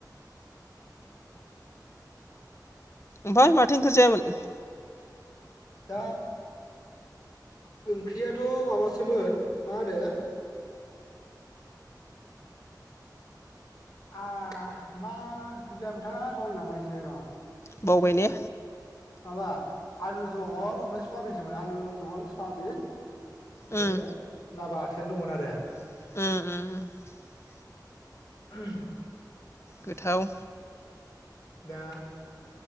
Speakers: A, on the left; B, on the left.
A: ओमफ्राय माथो ओंख्रि जायामोन?
B: दा ओंख्रियाथ' माबासोमोन मा होनो ओ मा ओंख्रि जायामोनथाय बावलायलांबायसो र'
A: बावबाय ने
B: माबा आलु जहल ओमफ्राय सयाबिनसोमोन आलु जहल सयाबिन ओमफ्रायो
A: उम
B: ना बाथो थोन दंमोन आरो
A: ओम ओम ओम
B: <unintelligible>
A: गोथाव
B: दा